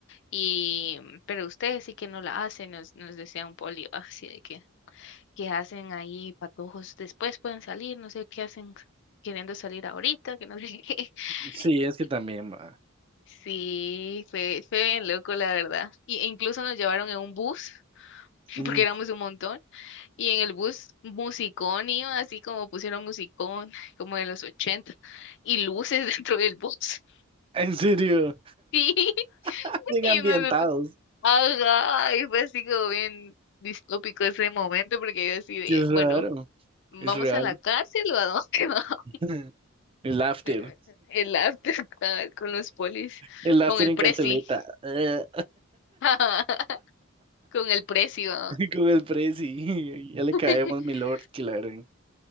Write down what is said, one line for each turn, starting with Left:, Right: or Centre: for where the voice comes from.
Left: Y, pero ustedes sí que no la hacen, nos, nos decía un poli, va, así de que. que hacen ahí patojos después pueden salir, no sé qué hacen queriendo salir ahorita, que no sé qué.
Right: Sí,
Left: <laughs>
Right: es que
Left: Y
Right: también va.
Left: Sí, fue, fue bien loco, la verdad. Y, e incluso nos llevaron en un bus, <laughs>
Right: Mm,
Left: porque éramos un montón, y en el bus musicón iba, así como pusieron musicón, como de los 80 y luces <laughs> dentro del bus.
Right: En serio.
Left: Sí, <laughs>
Right: <laughs> Bien
Left: y
Right: ambientados.
Left: nosotros, ajá, y fue así como bien distópico ese momento, porque yo así de,
Right: Qué raro.
Left: bueno, ¿vamos
Right: Es real.
Left: a la cárcel o a dónde <laughs> ¿No?
Right: <laughs> El after.
Left: eh, El arte <laughs> con con los polis,
Right: El after
Left: con el
Right: en
Left: preci,
Right: carceleta. <laughs> eh,
Left: <laughs> con el precio.
Right: Con el presi. <laughs> Ya le
Left: <laughs>
Right: caemos, mi lord. que la gran.